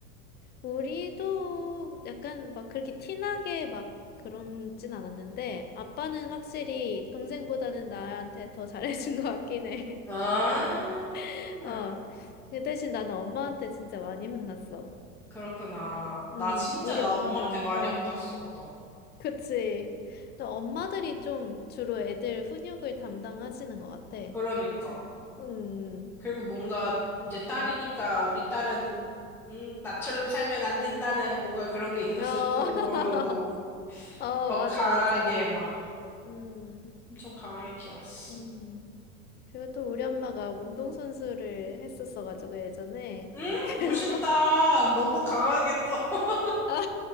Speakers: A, on the left; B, in the centre.
A: 우리도 약간 막 그렇게 티나게 막 그런진 않았는데, 아빠는 확실히 동생보다는 나한테 더 잘해준 것 같긴 해.
B: 아,
A: <laughs> 어, 그 대신 나는 엄마한테 진짜 많이 혼났어.
B: 그렇구나.
A: 음,
B: 나 진짜,
A: 우리
B: 나
A: 엄마가,
B: 엄마한테 많이
A: 어,
B: 혼났어, 나도.
A: 그치. 또 엄마들이 좀 주로 애들 훈육을 담당하시는 것 같아.
B: 그러니까.
A: 음,
B: 그리고 뭔가 이제 딸이니까
A: 음.
B: 우리 딸은 음, 나처럼 살면 안 된다는 뭔가 그런 게 있었을지도
A: 어. <laughs>
B: 모르고
A: 어,
B: 더
A: 맞아,
B: 응. 강하게
A: 맞아.
B: 막
A: 음,
B: 엄청 강하게 키웠어.
A: 음. 그리고 또 우리 엄마가 운동선수를 했었어가지고, 예전에.
B: 음,
A: 그래서,
B: 멋있다.
A: <laughs>
B: 너무 강하게 또 <laughs>
A: 아,